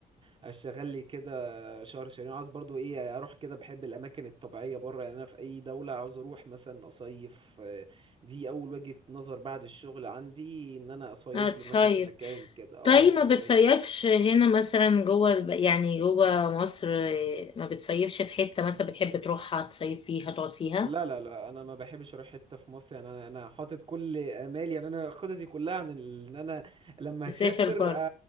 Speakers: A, on the right; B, on the left.
A: اشتغل لي كده شهر شهرين عاوز برضو ايه اروح كده بحب الاماكن الطبيعيه بره يعني انا في اي دوله عاوز اروح مثلا اصيف آه، دي اول وجهه نظر بعد الشغل عندي ان انا اصيف
B: هتصيف
A: لي مثلا في مكان كده اه
B: طيب
A: فاهماني
B: ما بتصيفش هنا مثلا جوه الب- يعني جوه مصر آه، ما بتصيفش في حتة مثلا بتحب تروحها تصيف فيها تقعد فيها
A: لا لا لا انا ما بحبش اروح حته في مصر يعني انا انا حاطط كل امالي يعني انا خططي كلها عن ال- ان انا لما
B: تسافر
A: اسافر
B: بره
A: آه،